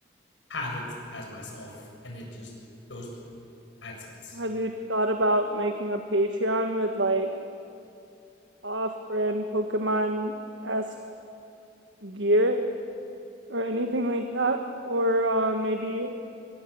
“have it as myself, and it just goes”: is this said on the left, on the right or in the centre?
Left